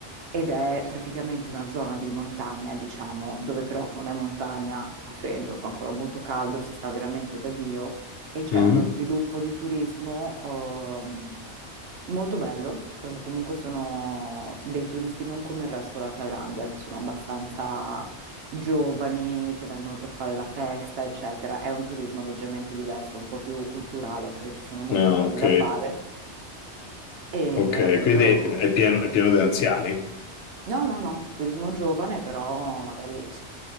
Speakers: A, on the right (about 65°); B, on the left (about 80°).
A: ed è praticamente una zona di montagna, diciamo, dove però non è montagna, che fa freddo, fa ancora molto caldo, si sta veramente da Dio, e c'è
B: Mhm.
A: uno sviluppo di turismo ehm, molto bello, perché comunque sono dei turisti non come il resto della Thailandia, che sono abbastanza giovani che vengono per fare la festa, eccetera. È un turismo leggermente diverso, un po' più culturale perché ci sono molte
B: Ah,
A: cose
B: ok,
A: da fare e
B: ok,
A: appunto
B: quindi è pieno, è pieno di anziani?
A: no, no, no, turismo giovane, però magari s-